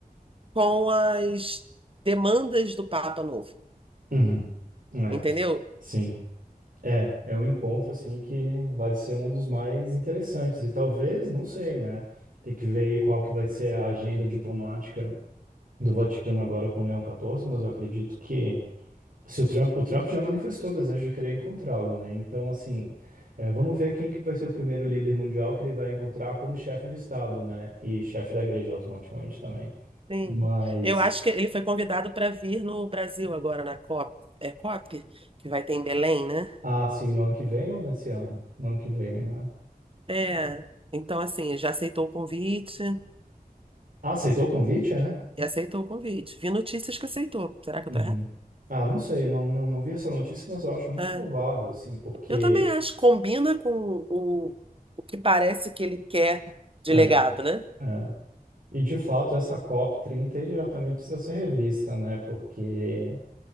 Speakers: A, on the right; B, on the right.
A: com as demandas do Papa novo,
B: uhum. É,
A: entendeu?
B: sim. É, é um encontro, assim, que vai ser um dos mais interessantes. E talvez, não sei, né? Tem que ver aí qual que vai ser a agenda diplomática do Vaticano agora com o Leão 14, mas eu acredito que Se o Trump, o Trump já manifestou o desejo de querer encontrá-lo, né? Então, assim, é, vamos ver quem que vai ser o primeiro líder mundial que ele vai encontrar como chefe de Estado, né? E chefe da igreja automaticamente também.
A: Sim.
B: Mas,
A: Eu acho que ele foi convidado para vir no Brasil agora na COP, é COP, que vai ter em Belém, né?
B: ah, sim, no ano que vem ou nesse ano? No ano que vem, né?
A: É. Então, assim, já aceitou o convite
B: Ah, aceitou o convite, é?
A: e aceitou o convite. Vi notícias que aceitou. Será que
B: Uhum.
A: eu tô errada?
B: Ah, não sei, não, não, não vi essa notícia, mas eu acho muito
A: É,
B: provável, assim, porque...
A: eu também acho, combina com o, o que parece que ele quer de
B: É,
A: legado, né?
B: é. E, de fato, essa COP 30 aí já também precisa ser revista, né? Porque...